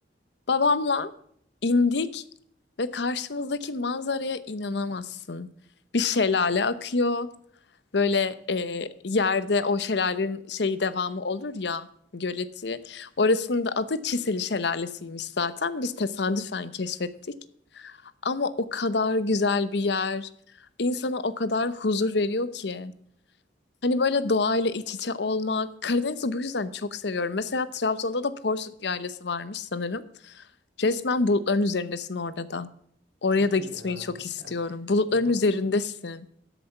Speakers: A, on the left (about 65°); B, on the right (about 80°).
A: Babamla indik ve karşımızdaki manzaraya inanamazsın. Bir şelale akıyor. Böyle e, yerde o şelalenin şeyi devamı olur ya göleti. Orasının da adı Çiseli Şelalesiymiş zaten. Biz tesadüfen keşfettik. Ama o kadar güzel bir yer. insana o kadar huzur veriyor ki. Hani böyle doğayla iç içe olmak. Karadeniz'i bu yüzden çok seviyorum. Mesela Trabzon'da da Porsuk Yaylası varmış sanırım. Resmen bulutların üzerindesin orada da. Oraya
B: Çok
A: da
B: iyi
A: gitmeyi
B: ya.
A: çok istiyorum.
B: Yani
A: Bulutların
B: o bö-
A: üzerindesin.